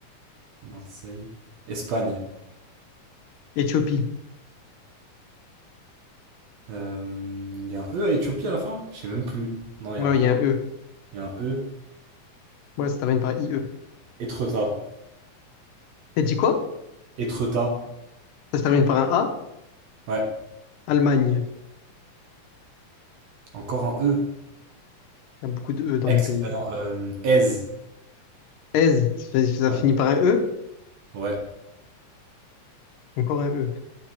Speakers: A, on the right (about 65°); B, on the left (about 80°).
A: Marseille. Espagne.
B: Éthiopie.
A: Euh, Il y a un E à Éthiopie à la fin? Je sais même plus. Non, il
B: Ouais,
A: y a un I.
B: il y a un E.
A: Il y a un E.
B: Ouais, ça se termine par I E.
A: Étretat.
B: T'as dit quoi?
A: Étretat.
B: Ça se termine par un A.
A: Ouais.
B: Allemagne.
A: Encore un E.
B: Il y a beaucoup de E dans
A: Ex.
B: les pays.
A: euh, non, euh, Aise.
B: Aise, ça fait- ça
A: Ouais.
B: finit par un E.
A: Ouais.
B: Encore un E.